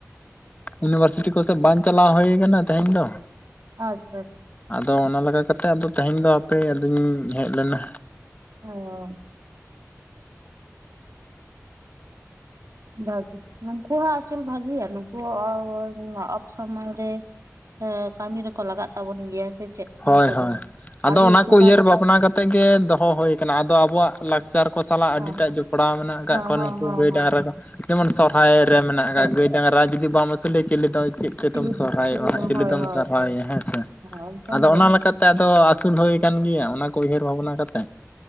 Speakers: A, on the left (about 30°); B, on the right (about 75°).
A: ᱤᱭᱩᱱᱤᱵᱷᱟᱨᱥᱤᱴᱤ ᱠᱚᱥᱮᱫ ᱵᱟᱝ ᱪᱟᱞᱟᱣ ᱦᱩᱭ ᱠᱟᱱᱟ ᱛᱮᱦᱮᱧ ᱫᱚ
B: ᱟᱪᱪᱷᱟ ᱟᱪᱪᱷᱟ ᱾
A: ᱟᱫᱚ ᱚᱱᱟ ᱞᱮᱠᱟ ᱠᱟᱛᱮᱜ ᱟᱫᱚ ᱛᱮᱦᱮᱧ ᱫᱚ ᱟᱯᱮ ᱟᱞᱤᱧ ᱦᱮᱡ ᱞᱮᱱᱟ
B: ᱚᱸ ᱵᱷᱟᱹᱜᱤ ᱱᱩᱠᱩᱣᱟᱜ ᱟᱥᱩᱞ ᱵᱷᱟᱜᱮᱭᱟ ᱱᱩᱠᱩ ᱟᱵᱚ ᱥᱚᱢᱚᱭ ᱨᱮ ᱠᱟᱹᱢᱤ ᱨᱮᱠᱚ ᱞᱟᱜᱟᱜ ᱛᱟᱵᱚᱱ ᱜᱮᱭᱟ ᱥᱮ ᱪᱮᱫ
A: ᱦᱳᱭ
B: ᱱᱩᱠᱩ
A: ᱦᱳᱭ
B: ᱫᱚ
A: ᱟᱫᱚ
B: ᱟᱹᱰᱤ
A: ᱚᱱᱟ
B: ᱩᱯᱚᱠᱟᱨ
A: ᱠᱚ ᱩᱭᱦᱟᱹᱨ ᱵᱷᱟᱵᱽᱱᱟ ᱠᱟᱛᱮᱜ ᱜᱮ ᱫᱚᱦᱚ ᱦᱩᱭ ᱠᱟᱱᱟ ᱟᱫᱚ ᱟᱵᱚᱣᱟᱜ ᱞᱟᱜ ᱞᱟᱪᱟᱨ ᱠᱚ ᱥᱟᱞᱟᱜ ᱟᱹᱰᱤᱴᱟᱜ
B: ᱦᱚᱸ
A: ᱡᱚᱯᱲᱟᱣ ᱢᱮᱱᱟᱜ ᱟᱠᱟᱫ
B: ᱦᱚᱸ
A: ᱠᱚᱣᱟ
B: ᱦᱚᱸ
A: ᱱᱩᱠᱩ
B: ᱦᱚᱸ
A: ᱜᱟᱹᱭ ᱰᱟᱝᱨᱟ ᱠᱚ ᱡᱮᱢᱚᱱ ᱥᱚᱨᱦᱟᱭ ᱢᱮᱱᱟᱜ ᱟᱠᱟᱫ
B: ᱦᱚᱸ
A: ᱜᱟᱹᱭ ᱰᱟᱝᱨᱟ ᱡᱩᱫᱤ ᱵᱟᱢ ᱟᱹᱥᱩᱞᱮᱭᱟ ᱪᱤᱞᱮ ᱫᱚ ᱪᱮᱫ ᱠᱚᱛᱮᱢ
B: ᱪᱤᱞᱤ
A: ᱥᱚᱨᱦᱟᱭᱚᱜᱼᱟ ᱪᱤᱞᱤ
B: ᱦᱳᱭ
A: ᱛᱮᱢ
B: ᱦᱳᱭ
A: ᱥᱚᱨᱦᱟᱭᱚᱜᱼᱟ ᱦᱮᱸ ᱥᱮ
B: ᱦᱳᱭ ᱮᱠᱫᱚᱢ
A: ᱟᱫᱚ
B: ᱜᱮ
A: ᱚᱱᱟ
B: ᱦᱳᱭ
A: ᱞᱮᱠᱟᱛᱮ ᱟᱫᱚ ᱟᱹᱥᱩᱞ ᱦᱩᱭ ᱟᱠᱟᱱ ᱜᱮᱭᱟ ᱚᱱᱟ ᱠᱚ ᱩᱭᱦᱟᱹᱨ ᱵᱷᱟᱵᱽᱱᱟ ᱠᱟᱛᱮᱜ